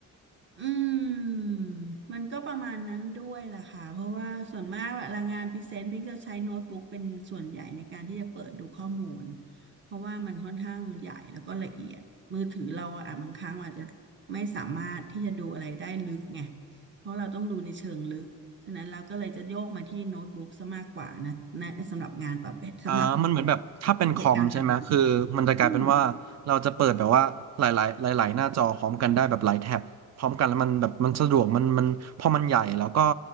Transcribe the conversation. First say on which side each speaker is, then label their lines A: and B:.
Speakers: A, on the right (about 35°); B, on the right (about 55°).
A: อืมมันก็ประมาณนั้นด้วยล่ะค่ะเพราะว่าส่วนมากเวลางานพรีเซนต์พิงจะใช้โน้ตบุ๊กเป็นส่วนใหญ่ในการที่จะเปิดดูข้อมูลเพราะว่ามันค่อนข้างใหญ่แล้วก็ละเอียดมือถือเราอะบางครั้งอาจจะไม่สามารถที่จะดูอะไรได้ลึกไงเพราะเราต้องดูในเชิงลึกฉะนั้นเราก็เลยจะโยกมาที่โน้ตบุ๊กซะมากกว่านะนะสำหรับงานประเภทสำหรับ
B: อ่ามันเหมือนแบบถ้าเป็นคอมใช่ไหมคือมันจะกลายเป็นว่าเราจะเปิดแบบว่าหลายๆหลายๆหน้าจอพร้อมกันได้แบบหลายแท็บพร้อมกันแล้วมันแบบมันสะดวกมันมันพอมันใหญ่แล้วก็
A: เหตุการณ์แบบนี้อืม